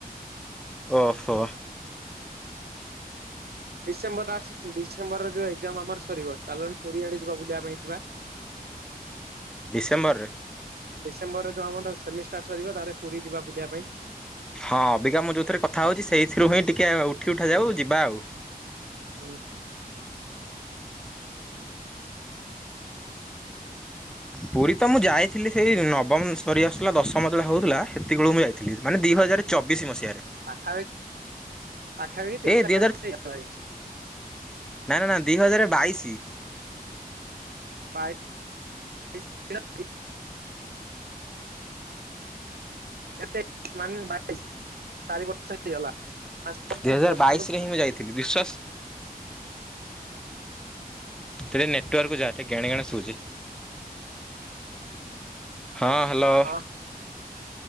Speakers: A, in the centre; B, on the right.
A: ଓହୋ
B: ଡିସେମ୍ବର ଡିସେମ୍ବର ଯୋଉ ଏଜାମ ଆମର ସରିବ ଚା ପଆଡ ଯିବା ବୁଲିବା ପାଇଁ ଯିବା
A: ଡିସେମ୍ବର ରେ
B: ଡିସେମ୍ବରରେ ଯୋ ଆମର ସେିଷ୍ଟାର୍ଟ ସରିବ ତାର ପୁରୀ ଯିବା ବୁଲିବା ପାଇଁ
A: ହଁ ଅବିକା ମଁ ଯେଉଁଥିରେ କଥା ହେଉଛି ସେଇଥିରୁ ହିଁ ଟିକିେ ଉଠି ଉଠାଯାଉ ଯିବା ଆଉ
B: ଓ ହ
A: ପୁରୀ ତ ମୁଁ ଯାଇଥିଲି ସେଇ ନବମ ସରି ଆସୁଥିଲା ଦଶମ ତେବେଳେ ହଉଥିଲା ସେତିକେଳକୁ ମୁଁ ଯାଇଥିଲି ମାନେ ଦି ହଜାର ଚବିଶି ମସିହାରେ
B: ପାଖାପାଖି ପାଖାପାଖି ତିନିଟ
A: ଏ ଦି ନାଇଁ ନା ନା ଦୁଇ ହଜାର ବାଇଶି
B: ବାଏ <unintelligible> ଏତେଇଶ ମାନେ ବାଇଶ ଚାରି ବର୍ଷ ହେଇଗଲା ବର୍ଷ
A: ଦୁଇ ହଜାର
B: ହେଇଗଲା
A: ବାଇଶ ରେ ହିଁ ମୁଁ ଯାଇଥିଲି ବିଶ୍ଵାସ ଟେ ନେଟୱାର୍କ ଯାହାେ କେଣେ କେଣ ଶୁଉଛି ହଁ ହ୍ୟାଲୋ
B: ହଁ